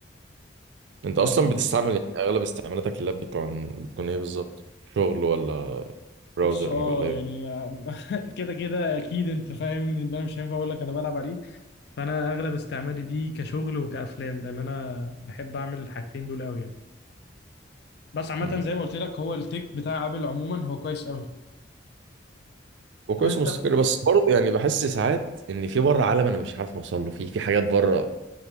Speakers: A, on the right; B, on the left.
A: انت اصلا
B: ف ف-
A: بتستعمل يعني اغلب استعمالاتك اللاب بتكون بتكون ايه بالظبط شغل ولا براوزرنج
B: بص اه
A: ولا ايه
B: يعني <laughs> آم، كده كده اكيد انت فاهم ان انا مش هينفع اقول لك انا بلعب عليه فانا اغلب استعمالي دي كشغل وكافلام لان انا بحب اعمل الحاجتين دول قوي يعني بس عامة
A: مم.
B: زي ما قلت لك هو التيك بتاع ابل عموما هو كويس قوي
A: وكويس
B: طب انت
A: ومستقر بس برضه يعني بحس ساعات ان في بره عالم انا مش عارف اوصل له في في حاجات بره